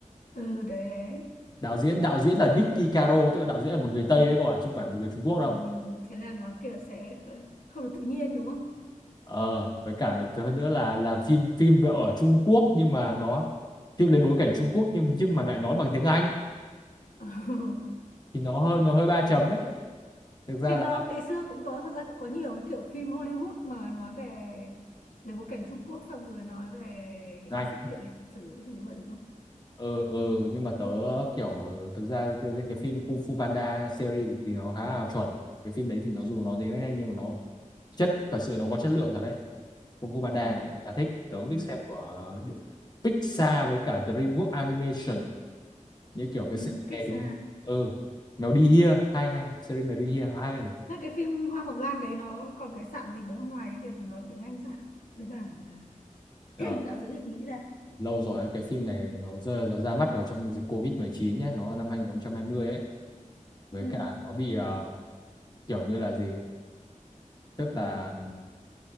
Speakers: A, on the left (about 85°); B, on the left (about 30°).
A: Ừ, đấy đấy.
B: đạo diễn đạo diễn là Nicky Caro tức là đạo diễn là một người Tây đấy các bạn chứ không phải một người Trung Quốc đâu
A: Ừ, thế là nó kiểu sẽ kh- không được tự nhiên đúng không?
B: ờ với cả là- hơn nữa là là phim phim về ở Trung Quốc nhưng mà nó phim lấy bối cảnh Trung Quốc nhưng nhưng mà lại nói bằng tiếng Anh
A: <laughs>
B: thì nó hơi nó hơi ba chấm đấy thực ra
A: thì
B: là
A: nó ngày xưa cũng có thật ra cũng có nhiều cái kiểu phim Hollywood mà nói về lấy bối cảnh Trung Quốc xong rồi nói về những
B: anh
A: cái sự kiện lịch sử cái thứ vậy đúng không
B: ừ ừ nhưng mà tớ kiểu thực ra riêng cái phim Kung Fu Panda series thì nó khá là chuẩn cái phim đấy thì nó dù nó đến nhanh nhưng mà nó chất thật sự nó có chất lượng thật đấy Kung Fu Panda
A: ừ.
B: thì khá thích tớ cũng
A: Ừ.
B: thích xem của Pixar với cả DreamWorks Animation như kiểu cái
A: Ừ.
B: series
A: Cách
B: này thì
A: xa
B: cũng- ừ Mèo đi Here hay hay series Mèo đi Here hay này
A: thế cái phim Hoa Mộc Lan đấy nó còn cái sạn gì nữa ngoài cái việc nó tiếng Anh ra với cả là
B: Ờ,
A: <laughs> <clears throat> đạo diễn người Mỹ ra
B: lâu rồi cái phim này nó rơi nó ra mắt vào trong dịch covid mười chín nhé nó năm 2020 ấy với
A: ừ.
B: cả nó bị ờ, kiểu như là gì tức là